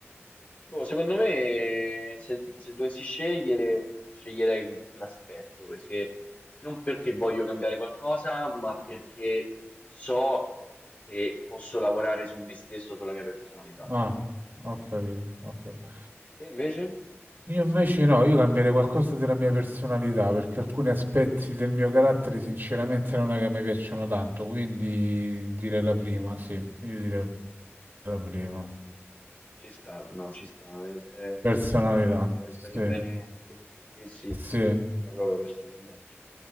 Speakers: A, on the left; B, on the right.
A: Boh, secondo me, se, se dovessi scegliere, sceglierei l'aspetto perché non perché voglio cambiare qualcosa, ma perché so che posso lavorare su me stesso, sulla mia personalità.
B: Ah, ho capito, ho capito.
A: Te invece?
B: Io invece no, io cambierei qualcosa della mia personalità perché alcuni aspetti del mio carattere sinceramente non è che mi piacciono tanto, quindi direi la prima, sì, io direi la prima.
A: Ci sta, no, ci sta. È, è
B: Personalità,
A: comunque importante eh,
B: sì,
A: stare bene anche con se stessi e
B: sì,
A: con la propria personalità. cioè.